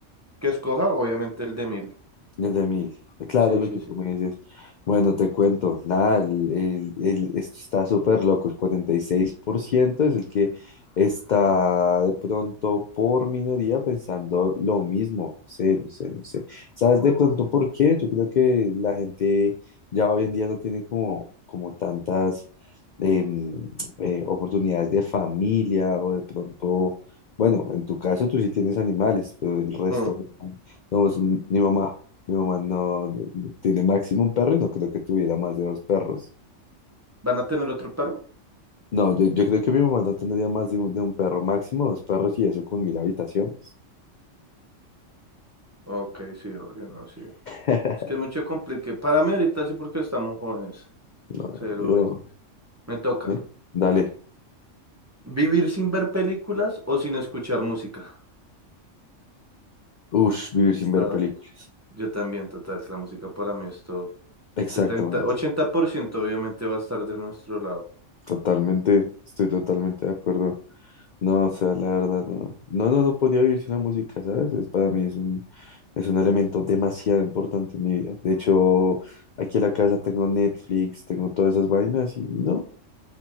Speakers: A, on the right; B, on the left.
A: que escoja, obviamente el de mil.
B: El de mil. Claro,
A: Sí,
B: lo
A: sí,
B: que
A: sí.
B: tú me dices. Bueno, te cuento. Nada, el, el- el- esto está súper loco. El 46% es el que está de pronto por minoría pensando lo mismo. No sé, no sé, no sé. ¿Sabes de pronto por qué? Yo creo que la gente ya hoy en día no tiene como, como tantas em, eh, oportunidades de familia o de pronto, bueno, en tu caso tú sí tienes animales, pero el resto,
A: Mm,
B: pues, no, es mi mamá. Mi mamá no no, no, tiene máximo un perro y no creo que tuviera más de dos perros.
A: ¿Van a tener otro perro?
B: No, yo, yo creo que mi mamá no tendría más de un, de un perro, máximo dos perros y eso con mil habitaciones.
A: Ok, sí, obvio, no, sí.
B: <laughs>
A: Es que es mucho complique. Para mí ahorita sí porque estamos jóvenes.
B: No,
A: Cero
B: yo,
A: business. Me toca.
B: ¿eh? Dale.
A: ¿Vivir sin ver películas o sin escuchar música?
B: Ush, vivir sin
A: Está
B: ver
A: duro.
B: película.
A: Yo también, total. La música para mí es todo.
B: Exactamente,
A: setenta ochenta por ciento obviamente va a estar de nuestro lado.
B: totalmente, estoy totalmente de acuerdo. No, o sea, la verdad, no. No, no, no podía vivir sin la música, ¿sabes? Es, para mí es un, es un elemento demasiado importante en mi vida. De hecho, aquí en la casa tengo Netflix, tengo todas esas vainas y no,